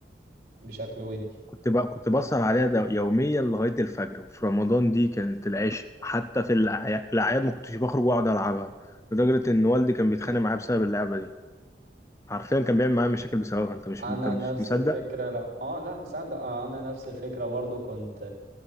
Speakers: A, on the right; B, on the left.
A: بشكل ودي
B: كنت بقى كنت بسهر عليها ده يوميا لغايه الفجر وفي رمضان دي كانت العشق حتى في الأعيا- الاعياد ما كنتش بخرج واقعد العبها لدرجه ان والدي كان بيتخانق معايا بسبب اللعبه دي حرفيا كان بيعمل معايا مشاكل بسببها انت مش
A: انا
B: انت مش
A: نفس
B: مصدق
A: الفكره لا اه لا مصدق آه انا نفس الفكره برضو كنت